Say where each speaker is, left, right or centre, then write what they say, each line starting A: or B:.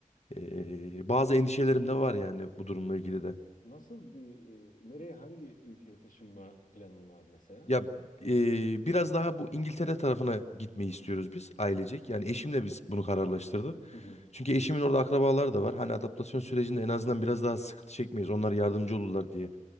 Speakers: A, on the left; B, on the left.
A: Ee, bazı endişelerim de var yani bu durumla ilgili de.
B: Nasıl bir e, nereye hangi ülkeye taşınma planın var mesela?
A: Ya e, biraz daha bu İngiltere tarafına gitmeyi istiyoruz biz ailecek. Yani eşimle biz bunu kararlaştırdık.
B: Hı hı.
A: Çünkü eşimin orada akrabaları da var. Hani adaptasyon sürecinde en azından biraz daha sıkıntı çekmeyiz. Onlar yardımcı olurlar diye